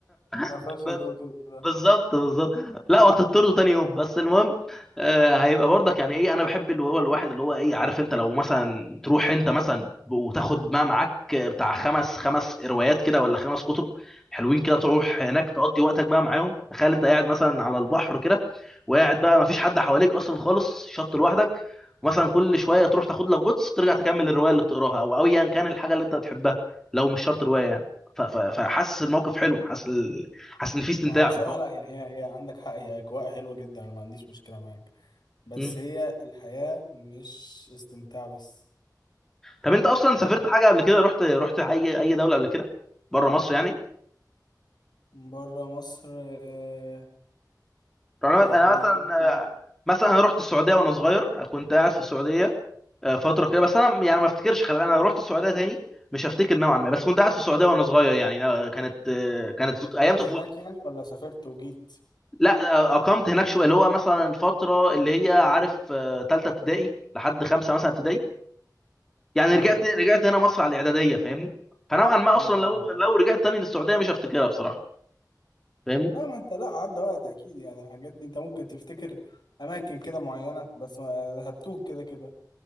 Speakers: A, on the left; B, in the centre.
A: ما
B: <laughs>
A: فيهاش هدوء كده
B: بالظبط بالظبط لا وهتطرده تاني يوم بس المهم آه هيبقى برضك يعني ايه انا بحب اللي هو الواحد اللي هو ايه عارف انت لو مثلا تروح انت مثلا ب- وتاخد ما معاك بتاع خمس خمس روايات كده ولا خمس كتب حلوين كده تروح
A: مم.
B: هناك تقضي وقتك بقى معاهم تخيل انت قاعد مثلا على البحر كده وقاعد بقى ما فيش حد حواليك اصلا خالص شط لوحدك مثلا كل شويه تروح تاخد لك غطس ترجع تكمل الروايه اللي بتقراها او ايا كان الحاجه اللي انت بتحبها لو مش شرط روايه يعني ف- ف- فحاسس الموقف حلو حاسس حاسس ان في استمتاع
A: ما هو بصراحه
B: في الحوار
A: لا يعني هي هي عندك حق هي اجواء حلوه جدا انا ما عنديش مشكله معاك بس
B: مم.
A: هي الحياة مش استمتاع بس
B: طب انت اصلا
A: فاهم
B: سافرت حاجه قبل كده رحت رحت اي اي دوله قبل كده بره مصر يعني
A: بره مصر آه،
B: يعني
A: يعني
B: انا أنا مثلا
A: ممكن
B: مثلا انا رحت السعوديه وانا صغير كنت قاعد في السعوديه آه، فتره كده بس انا يعني ما افتكرش خلي بالك، انا رحت السعوديه تاني مش هفتكر نوعا ما بس كنت قاعد في السعوديه وانا صغير يعني أنا كانت آه، كانت
A: اتولدت
B: ايام طفولتي
A: هناك
B: بصراحه
A: يعني ولا سافرت وجيت
B: لا آه، اقمت هناك شويه اللي هو مثلا الفتره اللي هي عارف ثالثه ابتدائي لحد خمسه مثلا ابتدائي يعني
A: اه
B: رجعت رجعت هنا مصر على الاعداديه فاهمني فنوعا ما
A: اه
B: اصلا
A: اه
B: لو لو رجعت تاني للسعوديه مش هفتكرها بصراحه فاهمني
A: لا ما انت لا عدى وقت اكيد يعني الحاجات دي انت ممكن تفتكر اماكن كده معينة بس ما- هتوه كده كده